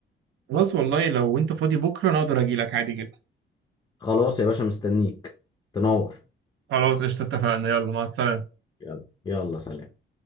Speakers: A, on the right; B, on the left.
A: خلاص والله لو انت فاضي بكره انا اقدر اجي لك عادي جدا
B: خلاص يا باشا مستنيك تنور
A: خلاص قشطة اتفقنا يلا مع السلامة
B: يلا يلا سلام